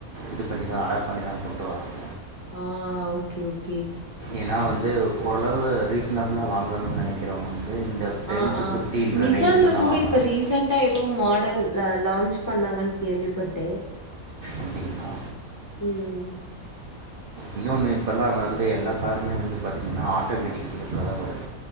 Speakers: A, on the right (about 55°); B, on the left (about 20°).
A: இது பண்ணிதா அடாப்ட் பண்ணிதா போட்டுட்டு வராங்க
B: ஆ ஓகே ஓகே
A: ஏன்னா வந்து ஓரளவு ரீசனபிளா வாங்கணும்னு நினைக்கிறவங்க இந்த டென்
B: ஆ
A: டு
B: ஆ
A: ஃபிஃப்டின்ற
B: நிசான்ல
A: ரேஞ்சில் தான்
B: கூட
A: வாங்குறாங்க
B: இப்ப ரீசென்டா ஏதோ மாடல் லா லான்ச் பண்ணாங்கன்னு கேள்விப்பட்டே
A: அப்படின்னா
B: உம்
A: இன்னொன்னு இப்பெல்லா வந்து எல்லா காருமே வந்து பாத்தீங்கன்னா ஆட்டோமேட்டிக்துலதா வருது